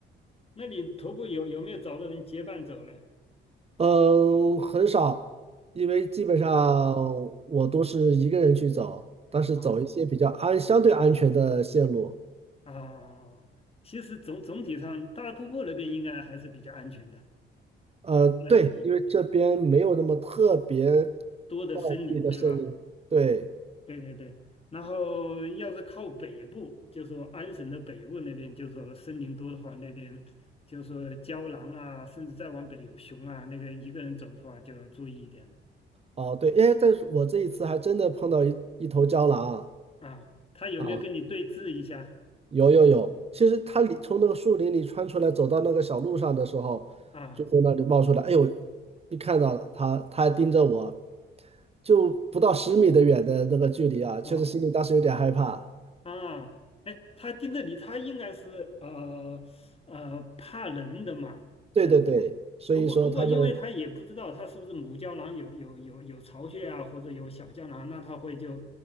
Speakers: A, on the left; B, on the right.
A: 那你徒步有有没有找到人结伴走呢？
B: 嗯，很少，因为基本上
A: 啊
B: 我都是一个人去走，但是走一些比较安相对安全的线路。
A: 啊啊！其实总总体上，大瀑布那边应该还是比较安全的，
B: 呃，
A: 呃，
B: 对，
A: 一
B: 因为这边没有那么特别
A: 多的森林，
B: 茂密的森林，
A: 对吧？
B: 对。
A: 对对对，然后要是靠北部，就说安省的北部那边，就说森林多的话，那边就说郊狼啊，甚至再往北有熊啊，那个一个人走的话就要注意一点了
B: 哦，对，哎，但是我这一次还真的碰到一一头郊狼啊
A: 啊。他有没有跟你对峙一下
B: 啊，有有有，其实它里从那个树林里穿出来，走到那个小路上的时候，
A: 啊？
B: 就从那里冒出来，哎呦，一看到了它，它还盯着我，就不到十米的远的那个距离啊，确实心里当时有点害怕。
A: 啊啊！哎，他盯着你，他应该是呃呃怕人的嘛，
B: 对对对，
A: 嗯。
B: 所以说它就
A: 不过，不过，因为他也不知道他是不是母胶囊有有有有巢穴啊，或者有小胶囊，那他会就